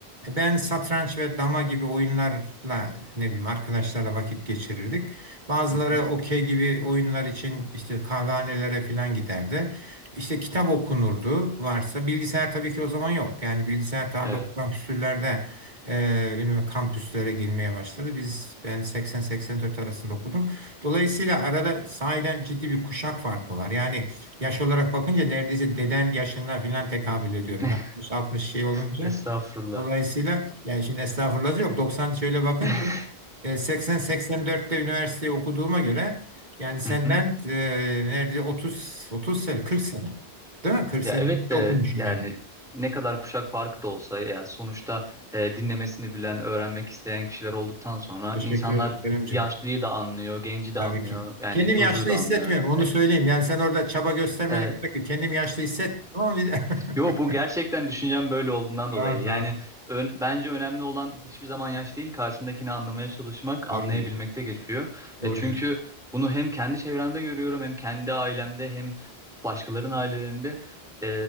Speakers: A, on the right (about 45°); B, in the centre.
A: e, ben satranç ve dama gibi oyunlarla ne bileyim arkadaşlarla vakit geçirirdik. Bazıları
B: Hı hı.
A: okey gibi oyunlar için işte kahvehanelere falan giderdi. İşte kitap okunurdu varsa bilgisayar tabii ki o zaman yok. Yani bilgisayar ta
B: Evet.
A: 90 küsürlerde ee, ünivers- kampüslere girmeye başladı. Biz ben 80-84 arasında okudum. Dolayısıyla arada sahiden ciddi bir kuşak farkı var. Yani yaş olarak bakınca neredeyse deden yaşına filan tekabül ediyorum.
B: <laughs>
A: 60-60 şey olunca.
B: Estağfurullah.
A: Dolayısıyla yani şimdi estağfurullah yok. 90 şöyle bakınca
B: <laughs>
A: e, 80-84'te üniversiteyi okuduğuma göre yani senden
B: Hı hı.
A: e, neredeyse 30 30 sene 40 sene. Değil mi? 40
B: Ya
A: sene
B: evet
A: önce
B: de
A: okumuşsun
B: yani
A: yani.
B: ne kadar kuşak farkı da olsa yani sonuçta e, dinlemesini bilen, öğrenmek isteyen kişiler olduktan sonra
A: Teşekkür
B: insanlar
A: ederim Keremciğim.
B: yaşlıyı da anlıyor, genci de
A: Tabii
B: anlıyor,
A: ki.
B: yani
A: Kendim
B: çocuğu
A: yaşlı
B: da
A: hissetmiyorum
B: anlıyor.
A: onu
B: E,
A: söyleyeyim. Yani sen orada çaba göstermene
B: e,
A: gerek yok. Kendim yaşlı hissetmiyorum ama biz...
B: Yo
A: <laughs>
B: bu gerçekten düşüncem böyle olduğundan dolayı.
A: Tamam tamam.
B: Yani ön- bence önemli olan hiçbir zaman yaş değil, karşındakini anlamaya çalışmak, anlayabilmekte
A: Doğru diyorsun.
B: geçiyor.
A: Doğru
B: Ya çünkü
A: diyorsun.
B: bunu hem kendi çevremde görüyorum, hem kendi ailemde, hem başkalarının ailelerinde. Ee,